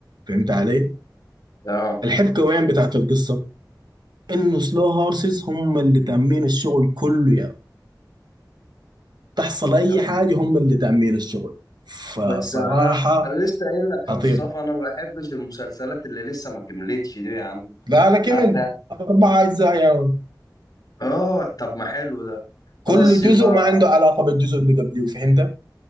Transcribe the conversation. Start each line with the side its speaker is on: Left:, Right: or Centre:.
Right: فهمت علي؟
Left: اه
Right: الحبكه وين بتاعت القصه؟ انه سلو هورسز هم اللي تامين الشغل كله يعني تحصل اي
Left: طب
Right: حاجه هم اللي تامين الشغل فصراحه
Left: بس انا انا لسه قايل لك يا
Right: خطير
Left: مصطفى انا ما بحبش المسلسلات اللي لسه ما كملتش دي يا عم
Right: لا لا كمل
Left: هات هات.
Right: اربع اجزاء يعني
Left: اه طب ما حلو ده خلاص
Right: كل جزء
Left: يبقى
Right: ما عنده علاقة بالجزء اللي قبليه فهمت؟